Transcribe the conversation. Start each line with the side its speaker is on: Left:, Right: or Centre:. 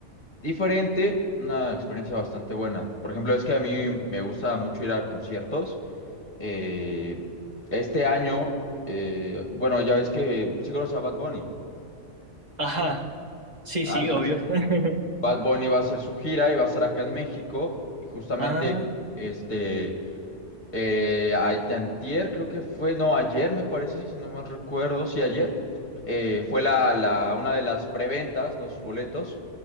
Left: diferente, una experiencia bastante buena. Por ejemplo, es que a mí me gusta mucho ir a conciertos. Eh, este año, eh, bueno, ya ves que sí conoces a Bad Bunny.
Right: Ajá. Sí,
Left: Ah,
Right: sí,
Left: entonces,
Right: obvio. <laughs>
Left: Bad Bunny va a hacer su gira y va a estar acá en México. Y justamente,
Right: Ah,
Left: este... Eh, ay- antier creo que fue, no, ayer me parece, si no mal recuerdo, sí, ayer eh, fue la, la- una de las preventas, ¿no? Sus boletos.